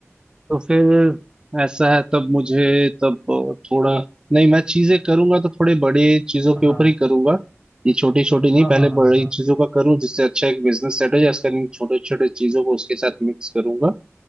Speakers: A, on the right; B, in the centre.
A: तो फिर ऐसा है तब मुझे तब थोड़ा नहीं मैं चीजें करूंगा तो थोड़े बड़े चीजों के
B: हाँ
A: ऊपर ही करूंगा ये छोटी छोटी नहीं
B: हाँ
A: पहले
B: हाँ हाँ
A: बड़ी
B: हाँ
A: चीजों का करूं जिससे अच्छा एक बिजनेस सेट हो जाए इसका नहीं छोटे छोटे चीजों को उसके साथ मिक्स करूंगा